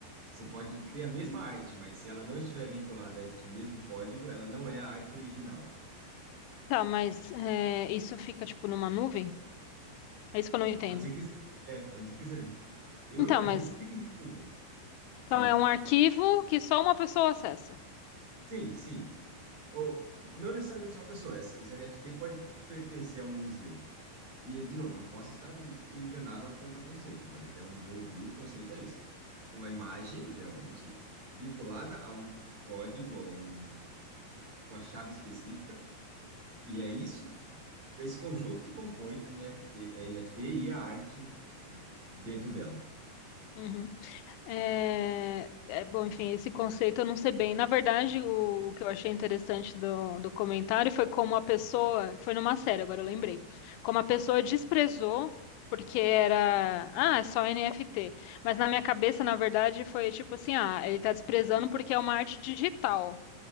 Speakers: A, on the right (about 50°); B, on the left (about 85°).
A: Você pode ter a mesma arte, mas se ela não estiver vinculada a este mesmo código, ela não é a arte original.
B: Tá, mas é, isso fica tipo numa nuvem? É isso que eu não entendo.
A: Onde você quiser. É, onde você quiser. Eu
B: Então,
A: imagino
B: mas
A: que fique numa nuvem.
B: então
A: Pode.
B: é um arquivo que só uma pessoa acessa.
A: Sim, sim. Ou não necessariamente só uma pessoa. Esse esse NFT pode pertencer a um museu. E, de novo, eu posso estar enganado ao- quanto ao conceito, mas até onde eu ouvi, o conceito é esse. Uma imagem, geralmente, vinculada a um código, a um, uma chave específica, e é isso, esse conjunto que compõe a NFT, a NFT e a arte dentro dela.
B: Uhum. É, é, bom, enfim, esse conceito eu não sei bem. Na verdade, o, o que eu achei interessante do, do comentário foi como a pessoa, foi numa série, agora eu lembrei, como a pessoa desprezou porque era, ah, é só NFT. Mas na minha cabeça, na verdade, foi tipo assim, ah, ele tá desprezando porque é uma arte digital.